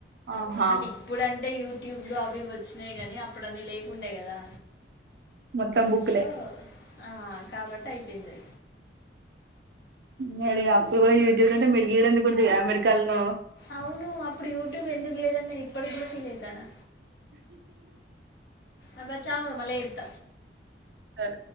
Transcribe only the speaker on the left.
అంటే ఇప్పుడంటే యూట్యూబ్ లో అవి వచ్చినాయి కాని అప్పుడ అన్నిీ లేకుండే కదా
సో ఆ కాబట్టి అయిపోయింది
అవును అప్పుడు యూట్యూబ్ ఎందుకు లేదని నేను ఇప్పటికి కూడా ఫీల్ అవుతానా అబ్బా చావు మలే ఇద్ద